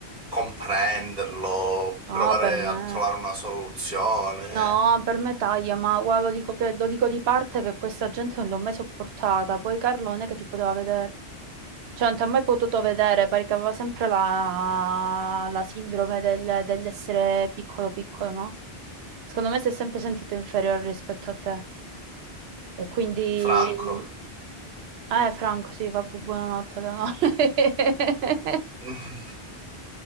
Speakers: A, on the right; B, on the right.
A: comprenderlo,
B: No,
A: provare
B: per me,
A: a trovare una soluzione?
B: no, per me taglia, ma guarda, lo dico, che- lo dico di parte che questa gente non l'ho mai sopportata, poi Carlone che ti poteva vedere. Cioè, non ti ha mai potuto vedere perché aveva sempre la, la sindrome del- dell'essere piccolo piccolo, no? Secondo me si è sempre sentito inferiore rispetto a te. E quindi...
A: Franco.
B: Eh, Franco, sì, vabbè, buonanotte, Leonora. <laughs>
A: <laughs>